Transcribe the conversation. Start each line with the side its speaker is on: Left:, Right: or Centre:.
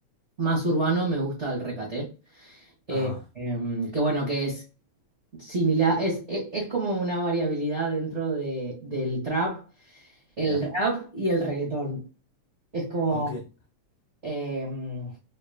Right: más urbano, me gusta el recate.
Left: Ajá,
Right: Eh, em, que bueno, que es similar, es, e- es, como una variabilidad dentro de, del trap, el
Left: ya.
Right: rap y el reggaetón. Es como...
Left: Aunque,
Right: em,